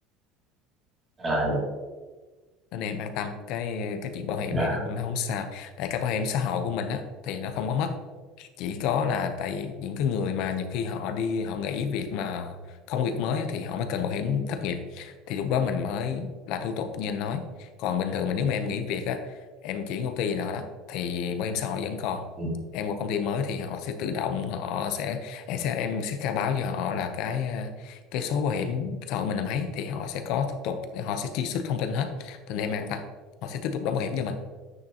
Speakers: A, on the right (about 15°); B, on the left (about 60°).
A: à
B: nên em an tâm cái cái chuyện bảo hiểm
A: dạ
B: thì nó không sao tại cái bảo hiểm xã hội của mình á thì nó không có mất chỉ có là tại những cái người mà nhiều khi họ đi họ nghỉ việc mà không có việc mới á, thì họ mới cần bảo hiểm thất nghiệp thì lúc đó mình mới là thủ tục như anh nói còn bình thường mình nếu mà em nghỉ việc á em chuyển công ty nào đó thì bảo hiểm xã hội vẫn còn
A: ừ.
B: em qua công ty mới thì họ sẽ tự động họ sẽ em sẽ em sẽ khai báo cho họ là cái ờ, cái số bảo hiểm xã hội mình là mấy thì họ sẽ có thủ tục họ sẽ truy xuất thông tin hết nên em an tâm họ sẽ tiếp tục đóng bảo hiểm cho mình